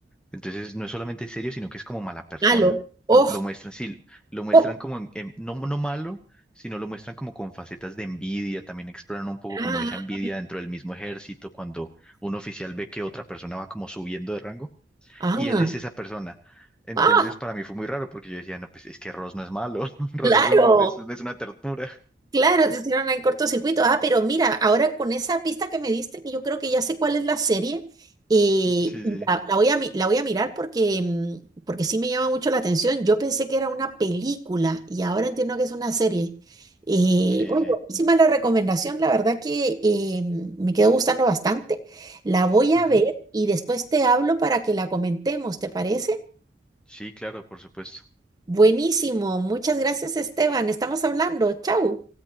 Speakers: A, in the centre; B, on the right.
A: Entonces no es solamente serio, sino que es como mala persona.
B: Malo. Oh,
A: Lo, lo muestran, sí, lo muestran
B: oh,
A: como en- en- no, no malo, sino lo muestran como con facetas de envidia. También exploran un poco
B: ah,
A: como esa envidia dentro del mismo ejército, cuando un oficial ve que otra persona va como subiendo de rango
B: ah,
A: y él es esa persona. Entonces
B: ah,
A: para mí fue muy raro porque yo decía, no, pues es que Ross no es malo, <laughs> Ross
B: claro,
A: es un, es, un- es una tortura.
B: claro, te hicieron en cortocircuito. Ah, pero mira, ahora con esa pista que me diste, que yo creo que ya sé cuál es la serie, eh,
A: Sí,
B: y
A: sí,
B: la, la voy a, mi- la voy a mirar porque, mm, porque sí me llama mucho la atención. Yo pensé que era una película y ahora entiendo que es una serie. Eh,
A: sí,
B: oye,
A: sí.
B: buenísima la recomendación, la verdad que eh, me quedó gustando bastante. La voy a
A: Ujú.
B: ver y después te hablo para que la comentemos, ¿te parece?
A: Sí, claro, por supuesto.
B: Buenísimo. Muchas gracias, Esteban. Estamos hablando. Chau.